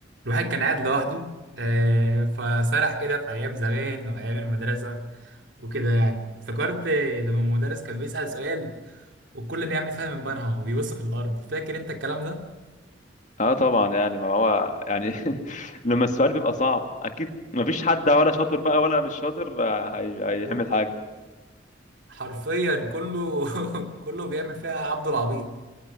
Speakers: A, on the right; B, on the left.
A: الواحد كان قاعد لوحده آه، فسرح كده في أيام زمان وأيام المدرسة وكده يعني افتكرت لما المدرس كان بيسأل سؤال والكل بيعمل فيها من بنها وبيبص في الأرض فاكر أنت الكلام ده؟
B: اه طبعا يعني ما هو يعني <laughs> لما السؤال بيبقى صعب اكيد ما فيش حد ولا شاطر بقى ولا مش شاطر آه، هي... هيعمل حاجه
A: حرفيا كله <laughs> كله بيعمل فيها عبد العبيط